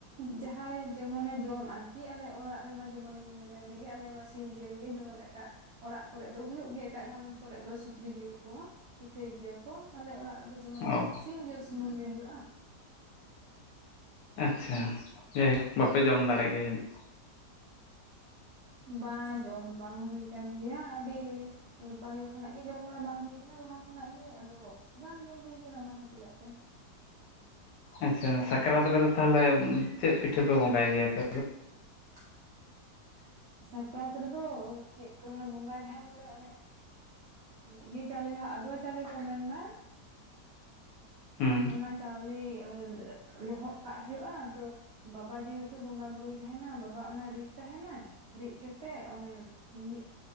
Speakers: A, on the right; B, on the left.
A: ᱡᱟᱦᱟᱸᱭ ᱡᱮᱢᱚᱱᱮ ᱡᱚᱢ ᱟᱨᱠᱤ ᱟᱞᱮ ᱚᱲᱟᱜ ᱨᱮᱢᱟ ᱡᱮᱢᱚᱱᱤᱧ ᱢᱮᱱ ᱞᱮᱜᱮ ᱟᱞᱮ ᱢᱟ ᱥᱤᱢ ᱡᱤᱞ ᱜᱮ ᱡᱮᱢᱚᱱ ᱮᱴᱟᱜ ᱚᱲᱟᱜ ᱠᱚᱨᱮᱜ ᱫᱚ ᱦᱩᱭᱩᱜ ᱜᱮᱭᱟ ᱮᱴᱟᱜ ᱜᱷᱟᱨᱚᱧᱡᱽ ᱠᱚᱨᱮ ᱫᱚ ᱥᱩᱠᱨᱤ ᱡᱤᱞ ᱠᱚ ᱯᱤᱴᱷᱟᱹᱭ ᱜᱮᱭᱟ ᱠᱚ᱾ ᱟᱞᱮ ᱚᱲᱟᱜ ᱨᱮᱫᱚ ᱡᱮᱢᱚᱱ
B: ᱚ
A: ᱥᱤᱢ ᱡᱤᱞ ᱥᱩᱢᱩᱢ ᱜᱮ ᱦᱩᱭᱩᱜᱼᱟ᱾
B: ᱟᱪᱷᱟ ᱡᱮᱭᱦᱳᱠ ᱵᱟᱯᱮ ᱡᱚᱢ ᱫᱟᱲᱮᱜ ᱜᱮᱭᱟ ᱡᱟᱹᱱᱤᱡ?
A: ᱵᱟᱝ ᱡᱚᱢ ᱵᱟᱝ ᱦᱩᱭ ᱠᱟᱱᱟᱱ ᱜᱮᱭᱟ ᱟᱹᱰᱤ ᱯᱟᱹᱟᱦᱤᱞ ᱠᱷᱚᱱᱟᱜ ᱜᱮᱤ ᱡᱚᱢ ᱵᱟᱲᱟ ᱵᱟᱝ ᱦᱩᱭ ᱠᱟᱱᱟ ᱞᱟᱦᱟ ᱠᱷᱚᱱᱟᱜ ᱜᱮᱤ ᱟᱫᱚ ᱵᱟᱝ ᱡᱚᱢ ᱦᱩ ᱠᱟᱱᱟ ᱚᱱᱟ ᱠᱷᱟᱹᱛᱤᱨᱟᱜ ᱛᱮ᱾
B: ᱟᱪᱪᱷᱟ ᱥᱟᱠᱨᱟᱛ ᱨᱮᱫᱚ ᱛᱟᱦᱞᱮ ᱪᱮᱫ ᱯᱤᱴᱷᱟᱹ ᱯᱮ ᱵᱚᱸᱜᱟᱭ ᱜᱮᱭᱟ ᱯᱮ?
A: <inaudible> ᱥᱟᱠᱨᱟᱛ ᱨᱮᱫᱚ ᱪᱮᱫ ᱠᱚ ᱢᱟᱱᱮ ᱵᱚᱸᱜᱟᱭ ᱛᱟᱦᱮᱸᱱ ᱫᱚᱞᱮ ᱚᱱᱮ ᱤᱭᱟᱹ ᱪᱟᱣᱞᱮ ᱡᱟᱦᱟᱸ ᱟᱫᱣᱟ ᱪᱟᱣᱞᱮ ᱠᱚ ᱢᱮᱱᱫᱟ,
B: ᱦᱩᱸ
A: ᱚᱱᱟ ᱪᱟᱣᱞᱮ ᱞᱚᱦᱚᱫ ᱠᱟᱜ ᱦᱩᱭᱩᱜᱼᱟ ᱟᱫᱚ ᱵᱟᱵᱟ ᱡᱮᱦᱮᱛᱩ ᱵᱚᱸᱜᱟ ᱵᱩᱨᱩᱭ ᱛᱟᱦᱮᱸᱱᱟ ᱵᱟᱵᱟ ᱚᱱᱟ ᱨᱤᱫ ᱛᱟᱦᱮᱸᱱᱟᱭ ᱨᱤᱫ ᱠᱟᱛᱮᱫ ᱚᱱᱮ ᱢᱤᱜ